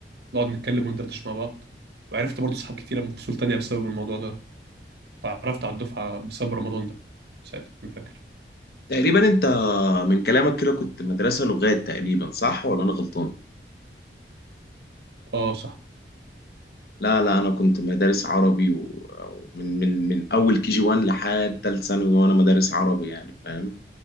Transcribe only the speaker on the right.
نقعد نتكلم وندردش مع بعض وعرفت برضه صحاب كتيرة من فصول تانية بسبب الموضوع ده اتعرفت على الدفعة بسبب رمضان ده ساعتها أنا فاكر
اه صح